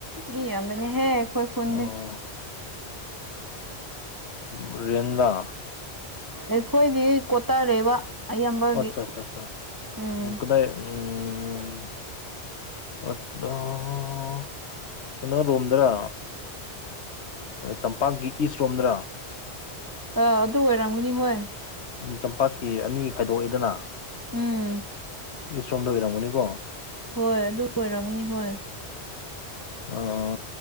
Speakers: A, on the right; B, on the left.
A: ꯏ ꯌꯥꯝꯅꯤ ꯍꯦ ꯑꯩꯣꯏ ꯀꯣꯟ
B: ꯑꯣ ꯎ ꯔꯗꯥ
A: ꯑꯩꯈꯣꯏꯗꯤ ꯀꯣꯠꯇꯔꯦꯕ ꯑꯌꯥꯝꯕꯒꯤ
B: ꯑꯠꯆꯥ ꯑꯠꯆꯥ ꯑꯠꯆꯥ
A: ꯎꯝ
B: ꯀꯗꯥꯏ ꯎꯝ ꯑ ꯀꯩꯅꯣꯔꯣꯝꯗꯔ ꯇꯝꯄꯥꯛꯀꯤ ꯏꯁꯔꯣꯝꯗꯔꯥ
A: ꯑꯥ ꯑꯗꯨ ꯑꯣꯏꯔꯝꯒꯅꯤ ꯍꯣꯏ
B: ꯎꯝ ꯇꯝꯄꯥꯛꯀꯤ ꯑꯅꯤ ꯈꯥꯏꯗꯣꯛꯑꯦꯗꯅ
A: ꯎꯝ
B: ꯏꯁ ꯔꯣꯝꯗ ꯑꯣꯏꯔꯝꯒꯅꯤꯀꯣ
A: ꯍꯣꯏ ꯑꯗꯨ ꯑꯣꯏꯔꯝꯒꯅꯤ ꯍꯣꯏ
B: ꯎꯝ